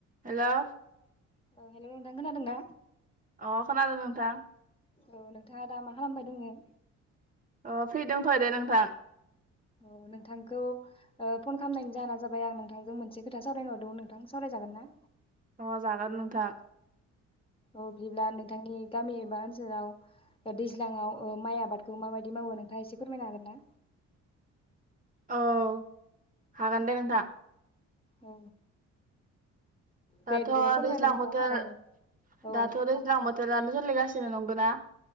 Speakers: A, on the right (about 25°); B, on the left (about 20°).
A: हेल'
B: ओ हेल' नोंथां खोनादोंना?
A: अ खोनादो नोंथां
B: औ नोंथाङा दा मा खालामबाय दोङो?
A: अ फ्रि दंथ'यो दे नोंथां
B: औ नोंथांखौ ओ फन खालामनायनि जाहोना जाबाय आं नोंथांजों मोनसे खोथा सावरायनो हरदोंमोन नोंथां सावरायजागोन ना?
A: अ जागोन नोंथां
B: औ बिदिब्ला नोंथांनि गामि एबा ओनसोलाव ओ दैज्लाङाव ओ माइ आबादखौ माबायदि मावो नोंथाङा एसे फोरमायनो हागोन ना?
A: औ हागोन दे नोंथां
B: औ
A: दाथ'
B: दे बिदिब्ला फोरमायलाय
A: दैज्लां
B: नोंथां
A: बोथोर
B: औ औ
A: दाथ' दैज्लां बो थोरानो सोलिगासिनो नंगौ ना?